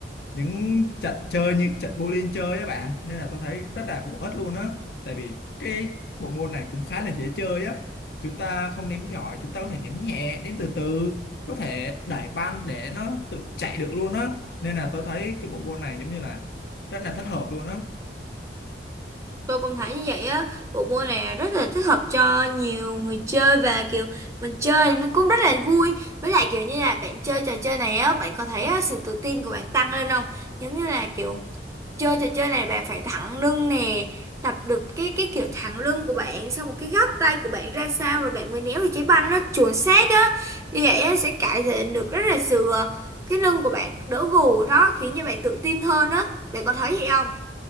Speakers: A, on the left; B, on the right.
A: những trận chơi như trận bowling chơi á bạn nên là tôi thấy rất là bổ ích luôn á tại vì cái bộ môn này cũng khá là dễ chơi á chúng ta không ném giỏi chúng ta có thể ném nhẹ ném từ từ có thể đẩy banh để nó tự chạy được luôn á nên là tôi thấy cái bộ môn này giống như là rất là thích hợp luôn á
B: Tôi cũng thấy như vậy á, bộ môn này rất là thích hợp cho nhiều người chơi và kiểu mình chơi nó cũng rất là vui. Với lại kiểu như là bạn chơi trò chơi này á, bạn có thấy á, sự tự tin của bạn tăng lên không? Giống như là kiểu chơi trò chơi này bạn phải thẳng lưng nè, tập được cái cái kiểu thẳng lưng của bạn, xong một cái góc tay của bạn ra sao rồi bạn mới néo được trái banh nó chuẩn xác á. Như vậy á sẽ cải thiện được rất là sự ờ, cái lưng của bạn đỡ gù đó khiến cho bạn tự tin hơn á. Bạn có thấy vậy không?